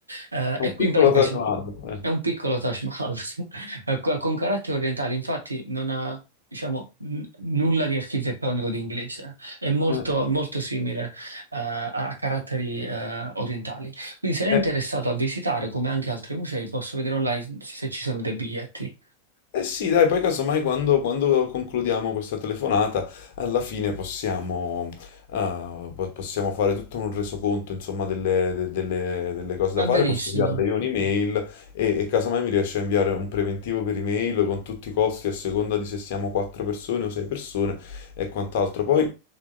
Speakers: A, on the right (about 80°); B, on the left (about 50°).
A: Eh, e
B: Un
A: qui
B: piccolo
A: in pratica
B: traguardo.
A: si-
B: Eh.
A: è un piccolo Taj Mahal, <laughs> sì. Eh, co- con caratteri orientali, infatti non ha, diciamo, n- nulla di architettonico di inglese, è molto,
B: Eh,
A: molto simile eh, a caratteri eh, orientali. Quindi se lei
B: eh.
A: è interessato a visitare, come anche altri musei, posso vedere online se ci sono dei biglietti.
B: Eh sì, dai, poi casomai quando, quando concludiamo questa telefonata, alla fine possiamo, eh, po- possiamo fare tutto un resoconto, insomma, delle, de- delle- delle cose da
A: Va
B: fare,
A: benissimo.
B: posso inviarle io un'email e, e casomai mi riesce a inviare un preventivo per email con tutti i costi a seconda di se siamo quattro persone o sei persone e quant'altro. Poi,